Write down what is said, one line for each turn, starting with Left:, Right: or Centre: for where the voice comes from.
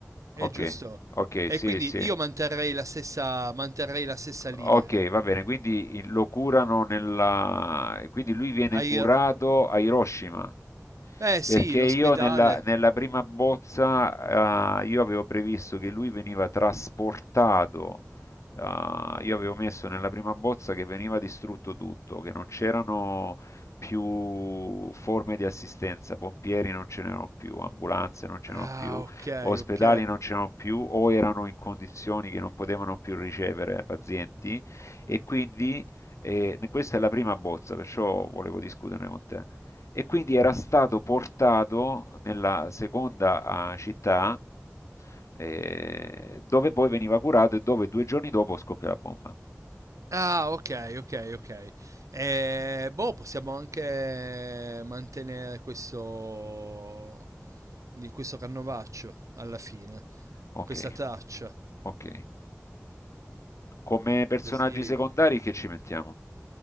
Left: Ok,
Right: È giusto?
Left: ok,
Right: E
Left: sì,
Right: quindi
Left: sì.
Right: io manterrei la stessa, manterrei la stessa linea.
Left: Ok, va bene, quindi il- lo curano nella... quindi lui viene
Right: Hai-
Left: curato a Hiroshima,
Right: eh sì,
Left: perché
Right: in
Left: io
Right: ospedale.
Left: nella, nella prima bozza eh, io avevo previsto che lui veniva trasportato, eh, io avevo messo nella prima bozza che veniva distrutto tutto, che non c'erano più forme di assistenza, pompieri non ce n'erano più, ambulanze non ce
Right: Ah,
Left: n'erano più,
Right: ok,
Left: ospedali
Right: ok.
Left: non c'erano più o erano in condizioni che non potevano più ricevere pazienti e quindi eh, questa è la prima bozza, perciò volevo discuterne con te. E quindi era stato portato nella seconda eh, città eh, dove poi veniva curato e dove due giorni dopo scoppia la bomba.
Right: Ah, ok, ok, ok. Eh, boh, possiamo anche mantenere questo, di questo canovaccio alla fine,
Left: Ok,
Right: questa traccia.
Left: ok. Come personaggi
Right: Così
Left: secondari che ci mettiamo?